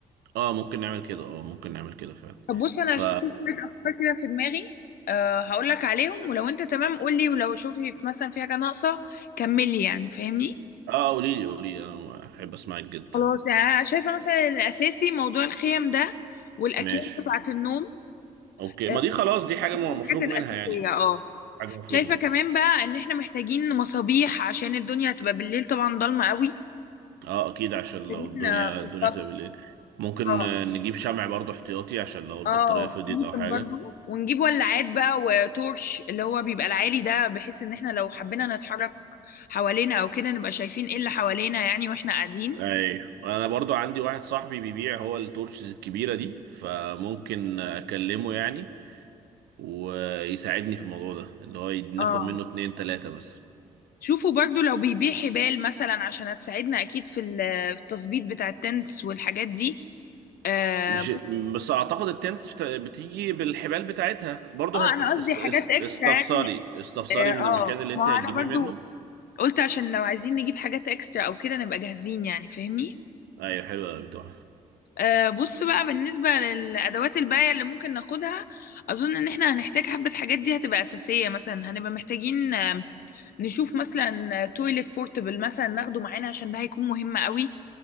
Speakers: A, on the right (about 70°); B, on the left (about 55°).
A: اه ممكن نعمل كده اه ممكن نعمل كده فعلا
B: طب بص انا
A: ف
B: شفت شوية افكار كده في دماغي أه هقول لك عليهم ولو انت تمام قول لي ولو شوفي مثلا في حاجة ناقصة كملي يعني فاهمني
A: اه قولي لي قولي لي انا احب اسمعك جدا
B: خلاص يعني انا شايفه مثلا الاساسي موضوع الخيم ده والاكياس
A: ماشي
B: بتاعه النوم
A: اوكي
B: آه،
A: ما دي خلاص دي حاجة
B: دي
A: م- مفروغ
B: الحاجات الاساسيه
A: منها يعني
B: اه
A: حاجة مفروغ
B: شايفه
A: منها
B: كمان بقى ان احنا محتاجين مصابيح عشان الدنيا هتبقى بالليل طبعا ضلمه قوي
A: اه اكيد عشان
B: محتاجين
A: لو الدنيا
B: آه، بالظبط
A: الدنيا تبقى بالليل ممكن
B: اه
A: آه، نجيب شمع برضو احتياطي عشان لو البطارية
B: اه
A: فضيت
B: ممكن
A: او حاجة
B: برضه ونجيب ولاعات بقى وتورش اللي هو بيبقى العالي ده بحيث ان احنا لو حبينا نتحرك حوالينا او كده نبقى شايفين ايه اللي حوالينا يعني واحنا قاعدين
A: ايوه انا برضو عندي واحد صاحبي بيبيع هو التورشز الكبيره دي فممكن اكلمه يعني ويساعدني في الموضوع ده اللي هو يد- ناخد
B: اه
A: منه اتنين تلاته بس
B: شوفوا برضو لو بيبيع حبال مثلا عشان هتساعدنا اكيد في ال- في التظبيط بتاع التنس والحاجات دي اه
A: مش
B: ممكن-
A: بس اعتقد التنت بت- بتيجي بالحبال بتاعتها برضو
B: آه،
A: هت...
B: انا
A: اس-
B: قصدي
A: اس-
B: حاجات
A: اس-
B: اكسترا
A: استفساري
B: يعني
A: استفساري
B: اه
A: من المكان
B: آه،
A: اللي انت
B: ما هو
A: هتجيبيه
B: انا برضو
A: منه
B: قلت عشان لو عايزين نجيب حاجات اكسترا او كده نبقى جاهزين يعني فاهمني
A: ايوه حلو قوي تحفه
B: آه بص بقى بالنسبة للأدوات الباية اللي ممكن ناخدها أظن إن إحنا هنحتاج حبة حاجات دي هتبقى أساسية مثلا هنبقى محتاجين آم، نشوف مثلا تويلت بورتبل مثلا ناخده معانا عشان ده هيكون مهم قوي